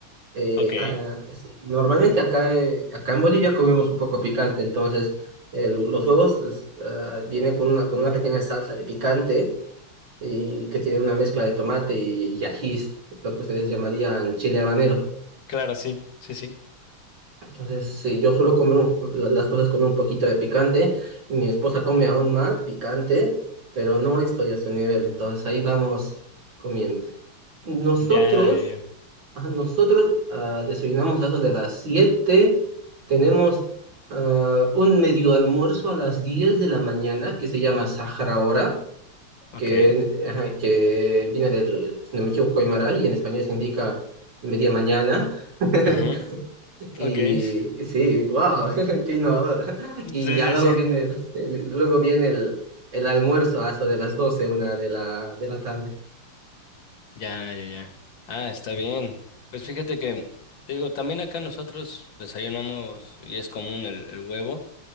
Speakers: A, on the right (about 60°); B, on the left (about 60°).
A: Eh,
B: ok,
A: ah, sí, Normalmente acá, eh, acá en Bolivia comemos un poco picante, entonces eh, los huevos es, ah, vienen con una, con una pequeña salsa de picante y que tiene una mezcla de tomate y, y ají, lo que ustedes llamarían chile habanero.
B: claro, sí, sí, sí.
A: Entonces, sí, yo suelo comer un- la- las cosas con un poquito de picante, mi esposa come aún más picante, pero no estoy a su nivel, entonces ahí vamos comiendo. Nosotros,
B: Ya, eh,
A: ah, nosotros ah, desayunamos a eso de las 7, tenemos ah, un medio almuerzo a las 10 de la mañana que se llama Sahara Hora
B: ok,
A: que, ajá, que viene del, si no me equivoco, Aymara, y en español significa media mañana. <laughs>
B: Ujú,
A: Y
B: ok. <laughs>
A: sí, wow, <laughs> qué innovador. Y
B: Sí,
A: ya luego
B: sí, sí.
A: viene, el- <laughs> luego viene el, el almuerzo hasta de las 12 una de la, de la tarde.
B: Ya, ya, ya. Ah, está bien. Pues fíjate que, te digo, también acá nosotros desayunamos y es común el, el huevo.